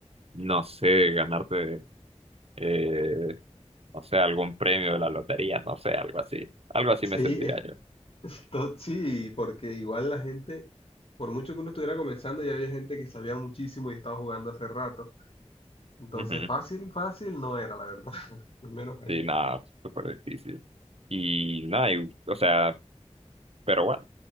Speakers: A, on the right; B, on the left.
A: no sé, ganarte. eh, no sé, algún premio de la lotería, no sé, algo así. Algo así
B: Sí,
A: me sentía
B: es
A: yo.
B: que to- sí, porque igual la gente, por mucho que uno estuviera comenzando, ya había gente que sabía muchísimo y estaba jugando hace rato. Entonces,
A: Ujú.
B: fácil, fácil no era, la verdad, <laughs> al menos ahí.
A: Sí, nada, súper difícil. Y nada, y- o sea, pero bueno,